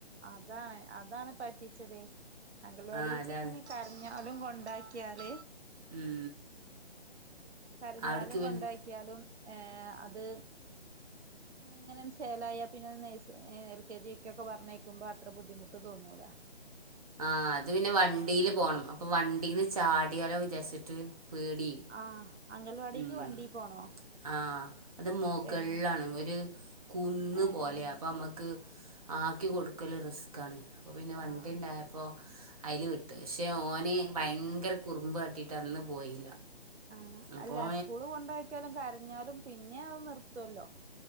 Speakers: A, on the right; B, on the right.
A: അതാണ് അതാണ് പറ്റിച്ചതേ അംഗൽവാടിക്ക്
B: ആ അതാണ്
A: ഇ കരഞ്ഞ ആലും കൊണ്ടാക്കിയാൽ
B: ഉം
A: കരഞ്ഞാലും
B: അവിടേക്ക് പിന്നെ
A: കൊണ്ടാക്ക്യാലും ഏഹ് അത് ഇങ്ങനെ ൻച് ചേലായാ പിന്നെ നെയ്സ് ഏഹ് എൽ കെ ജി യു ക്കൊക്കെ പർഞ്ഞേക്കുമ്പോ അത്ര ബുദ്ധിമുട്ട് തോന്നൂല.
B: ആഹ അത് പിന്നെ വണ്ടിൽ പോണം അപ്പൊ വണ്ടീന്ന് ചാടാലോ വിചാരിച്ചിട്ട് പേടി
A: ആഹ് അംഗൽവാടിക്ക്
B: ഉം
A: വണ്ടി പോണോ
B: ആഹ് അത് മുകളിലാണ്ര്
A: ഏഹ്
B: കന്ന്
A: ഏഹ്
B: പോലെയാണ്
A: ഏഹ്
B: അപ്പോം നമുക്ക് ആക്കി കൊടുക്കും എക്കല്ല റിസ്ക്കാണ് അപ്പോൾ പിന്നെ വണ്ടി
A: ആഹ്
B: ഉണ്ടായപ്പോൾ അതിൽ വിട്ട് പക്ഷേ ഓന് ഭയങ്കര കുറുമ്പ് കട്ടിട്ട് അന്ന് പോയില്ല
A: ആഹ
B: അപ്പോൾ
A: അല്ല സ്കൂള് കൊണ്ടോക്കാലും കരഞ്ഞാലും പിന്നെ അത് നിർത്തുവല്ലോ